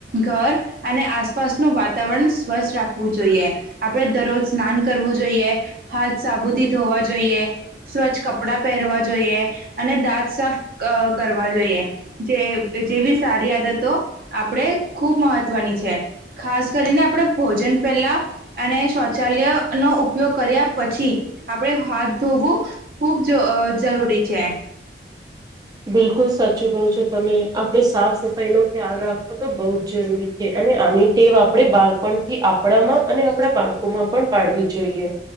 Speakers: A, on the right (about 55°); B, on the right (about 20°).
A: ઘર અને આસપાસનું વાતાવરણ સ્વચ્છ રાખવુ જોઈએ આપણે દરરોજ સ્નાન કરવું જોઈએ, હાથ સાબુથી ધોવા જોઈએ સ્વચ્છ કપડાં પહેરવા જોઈએ, અને દાંત સાફ કરવા જોઈએ, જેવી સારી આદતો આપણે ખૂબ મહત્વની છે, ખાસ કરીને આપણે ભોજન પેલા અને શૌચાલય નો ઉપયોગ કર્યા પછી આપણે હાથ ધોવું ખૂબ જરૂરી છે
B: બિલકુલ સાચું કહો છો તમે આપણે સાફસફાઈનો ખ્યાલ રાખોતો બહુજ જરૂરી છે, અને આની ટેવ આપણે બાળપણથી આપણામાં અને આપણા બાળકોમાં પણ પાડવી જોઈએ